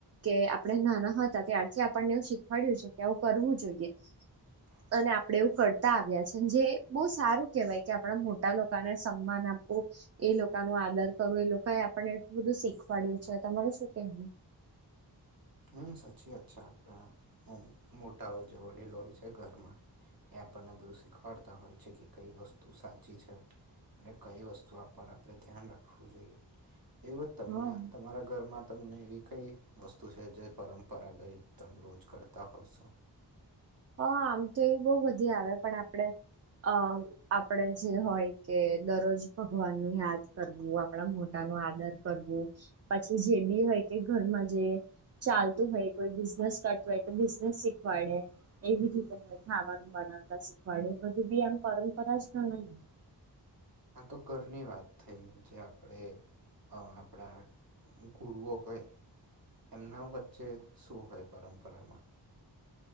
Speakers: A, on the right; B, on the right.
A: કે આપડે નાના હતા ત્યારથી આપણને એવું શીખવાડ્યું છે કે આવું કરવું જોઈએ.
B: <inaudible>
A: અને આપડે એવું કરતા આવ્યા છે અન જે બહુ સારું કેહેવાય કે આપણા મોટા લોકાને સન્માન આપવું એ લોકા નો આદર કરવું એ લોકાએ આપણને એટલું બધું શીખવાડ્યું છે. તમારું શું કેહેવું?
B: હા સાચી વાત છે આપડે આ. એમ મોટાઓ જે વડીલો હોય છે ઘરમાં એ આપણને બધું શીખવાડતા હોય છે કે કઈ વસ્તુ સાચી છે. અને કઈ વસ્તુ આ પણ આપડે ધ્યાન રાખવું જોઈએ. એવુંજ તમને
A: હા
B: તમારા ઘરમાં તમને એવી કઈ વસ્તુ છે જે પરંપરા ગઈ તમે રોજ કરતા હશો.
A: હ આમ તો એવી બોવ વધી આવે પણ આપડે અ આપડે જે હોય કે દરરોજ ભગવાનને યાદ કરવું, આપણા મોટા નો આદર કરવું પછી જે બી હોય કે ઘરમાં જે ચાલતું હોય કોઈ બિઝનેસ કરતું હોય તો બિઝનેસ શીખવાડે. એવી રીતે હવે ખાવાનું બનાવતા શીખવાડે એ બધું બી એમ પરંપરા જ ગણાય ને.
B: આ તો ઘરની વાત થઈ જે આપડે આપડા ગુરુઓ હોય એમના વચ્ચે શું હોય પરંપરામાં?